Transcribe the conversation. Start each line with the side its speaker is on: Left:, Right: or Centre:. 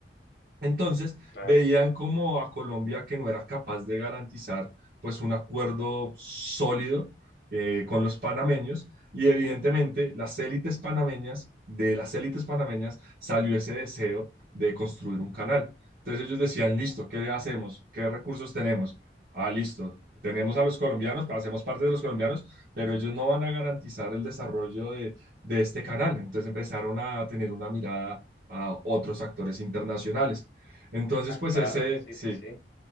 Right: Entonces,
Left: <laughs>
Right: veían
Left: claro.
Right: como a Colombia que no era capaz de garantizar pues un acuerdo sólido eh, con los panameños y evidentemente las élites panameñas, de las élites panameñas salió ese deseo de construir un canal. Entonces ellos decían, listo, ¿qué hacemos? ¿Qué recursos tenemos? Ah, listo, tenemos a los colombianos, hacemos parte de los colombianos, pero ellos no van a garantizar el desarrollo de, de este canal. Entonces empezaron a tener una mirada a otros actores internacionales. Entonces,
Left: Ah,
Right: pues
Left: claro,
Right: ese,
Left: sí,
Right: sí,
Left: sí, sí.